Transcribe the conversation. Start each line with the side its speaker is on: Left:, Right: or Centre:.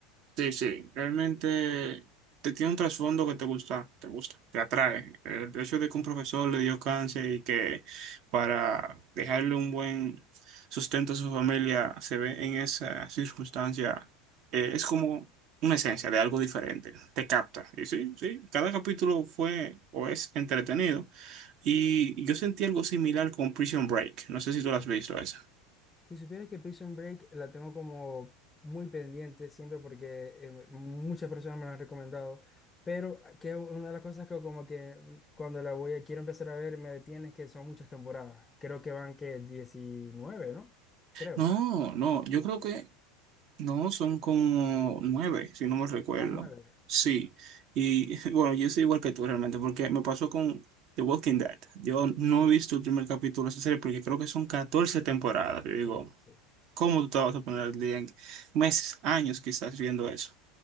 Right: Sí, sí, realmente te tiene un trasfondo que te gusta, te gusta, te atrae. El hecho de que un profesor le dio cáncer y que para dejarle un buen sustento a su familia se ve en esa circunstancia, eh, es como una esencia de algo diferente, te capta. Y sí, sí, cada capítulo fue o es entretenido. Y yo sentí algo similar con Prison Break, no sé si tú lo has visto esa.
Left: Si supieras que Prison Break la tengo como muy pendiente siempre porque eh, muchas personas me la han recomendado, pero que una de las cosas que como que cuando la voy a, quiero empezar a ver me detiene es que son muchas temporadas. Creo que van que 19, ¿no? Creo.
Right: No, no, yo creo que No, son como nueve, si no me recuerdo.
Left: Ah, 9.
Right: Sí. Y <laughs> bueno, yo soy igual que tú realmente, porque me pasó con The Walking Dead. Yo no he visto el primer capítulo de esa serie porque creo que son 14 temporadas. Yo digo,
Left: Sí, sí.
Right: ¿cómo tú te vas a poner al día en meses, años quizás viendo eso?